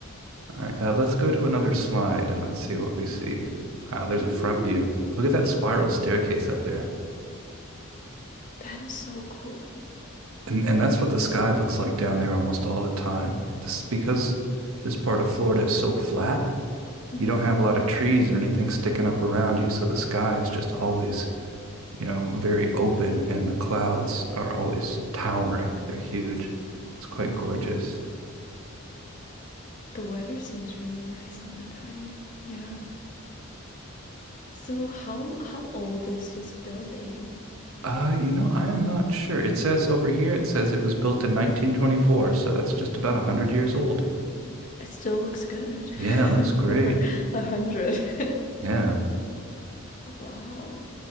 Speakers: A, on the right; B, on the left.
A: All right, uh, let's go to another slide and let's see what we see. Wow, there's
B: Ooh,
A: a front view. Look at that
B: wow.
A: spiral staircase up there.
B: <gasps> That is so cool.
A: And and that's what the sky looks like down there almost all the time. This because this part of Florida is so flat,
B: Mm-hmm.
A: you don't have a lot of trees or anything sticking up around you, so the sky is just always, you know, very open and the clouds are always towering. They're huge. It's quite
B: Wow.
A: gorgeous.
B: The weather seems really nice all the time. Yeah. So how how old is this building?
A: Uh, you know, I'm not sure. It says over here, it says it was built in 1924, so that's just about 100 years old.
B: It still looks good
A: Yeah, it
B: <laughs>
A: looks great.
B: for a hundred. <laughs>
A: Yeah.
B: wow.